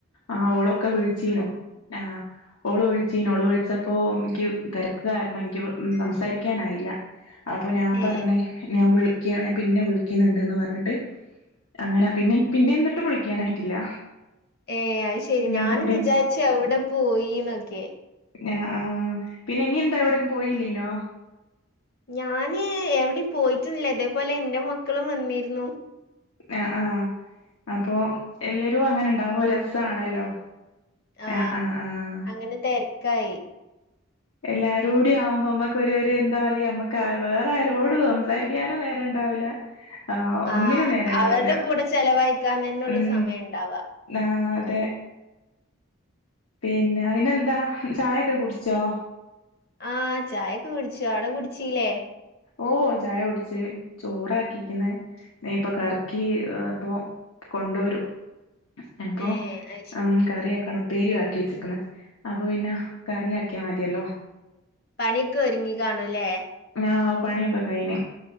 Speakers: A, on the left; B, on the left.
A: ആ ഓളൊക്കെ വിളിച്ചീനു. ആ ഓള് വിളിച്ചീനു ഓള് വിളിച്ചപ്പോ ഇക്ക് തെരക്ക് കാരണം ഇൻക് സംസാരിക്കാനായില്ല. അപ്പൊ ഞാൻ
B: ഏ
A: പറഞ്ഞ് ഞാൻ വിളിക്ക ഞാൻ പിന്നെ വിളിക്കുന്നുണ്ട്ന്ന് പറഞ്ഞിട്ട് അങ്ങനെ പിന്നെ പിന്നെ എന്നിട്ടും വിളിക്കാനായിട്ടില്ല.
B: ഏ അത് ശെരി
A: എല്ലാം
B: ഞൻ
A: കൂടിയും
B: വിചാരിച്ച എവിടെ പോയിന്നൊക്കെ.
A: ആ ആഹ പിന്നെ ഇങ്ങെന്താ എവിടെും പോയില്ലേനോ?
B: ഞാന് എവിടേം പോയിട്ടുന്നില്ല തേപോലെ എന്റെ മക്കളും വന്നിരുന്നു.
A: ആ ആഹ അപ്പൊ എല്ലരും അങ്ങനെ ഉണ്ടാവുമ്പോ രസാണല്ലോ.
B: ആഹ
A: ആഹ് ആഹ് ആഹ്
B: അങ്ങനെ തിരക്കായി.
A: എല്ലാരൂട്യവുമ്പോമ്മക്ക് ഒരു ഒര് ന്താ പറയാമ്മക്ക് വേറെ ആരോടും സംസാരിക്കാനും നേരണ്ടാ ണ്ടാവില ആ ഒന്നിനും
B: ആഹ്.
A: നേരണ്ടാവൂല
B: അവരുടെ കൂടെ ചെലവഴിക്കാൻ തന്നൊള്ളു
A: ഉം
B: സമയണ്ടാവാ.
A: ആ അതെ. പിന്നെ ഇന്നെന്താ ചായൊക്കെ കുടിച്ചോ?
B: ആഹ ചായൊക്കെ കുടിച്ചു അവിടെ കുടിച്ചീല്ലേ.
A: ഓ ചായ കുടിച്ച് ചോറാക്കിക്ക്‌ന് ഇപ്പൊ കറക്കി ഇപ്പൊ കൊണ്ടോരും അപ്പൊ
B: ഏഹ് അത് ശരി.
A: ഉം കറിആക്കണംപേരി ആക്കി വച്ച്ക്ക്ന്ന്. അപ്പൊ പിന്ന കറി ആക്കിയാ മതിഅല്ലോ?
B: പണിക്കെ ഒരുങ്ങി കാണുല്ലേ.
A: ആഹ് പണിയൊക്കെ കഴിഞ്ഞു